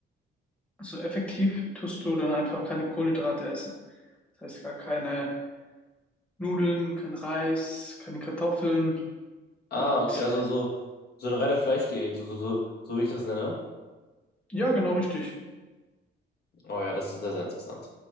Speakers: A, in the centre; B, on the left.
A: Also effektiv tust du dann einfach keine Kohlenhydrate essen. Das heißt gar keine Nudeln, kein Reis, keine Kartoffeln
B: Ah,
A: und
B: okay, also so, so eine reine Fleischdiät, so, so, so, so wie ich das nenne.
A: ja, genau richtig.
B: Oh ja, das ist sehr, sehr interessant.